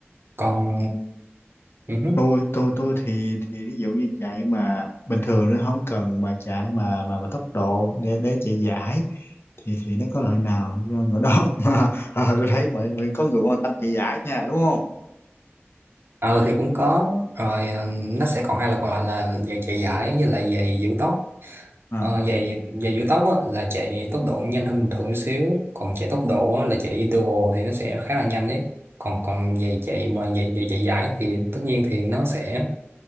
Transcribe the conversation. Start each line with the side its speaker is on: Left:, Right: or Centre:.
Right: còn ừ hứ.
Left: tôi tôi tôi thì thì ví dụ như chạy mà bình thường nó không cần mà chạy mà mà, mà tốc độ để để chạy giải thì thì nó có lợi nào <laughs> cho người đó <laughs> mà à, tôi thấy mọi mọi có người quan tâm chạy giải nha đúng không
Right: ờ thì cũng có rồi à, nó sẽ còn hai loại còn lại là giày chạy giải với lại giày giữ tóc
Left: à
Right: Ờ, giày giày giữ tóc á, là chạy tốc độ nhanh hơn bình thường xíu còn chạy tốc độ á, là chạy interval thì nó sẽ khá là nhanh đấy còn còn giày chạy mà giày giày chạy dài thì tất nhiên thì nó sẽ